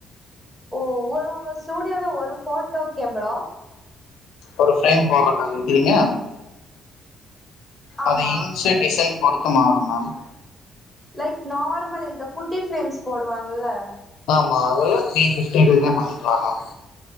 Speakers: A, in the centre; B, on the left (about 85°).
A: ஓ ஒரு உங்க ஸ்டுடியோல ஒரு போட்டோக்கு எவ்ளோ
B: ஒரு ஃப்ரேம் போடுறக்கா கேக்கிறீங்க
A: ஆமா
B: அது இன்சிய டிசைன் பொறுத்து மாறும் மேம்
A: லைக் நார்மல் இந்த குட்டி ஃப்ரேம்ஸ் போடுவாங்கல்ல
B: மா அதெல்லா த்ரீ பிஃப்டில இருந்தே பண்ணிக்கலா மேம்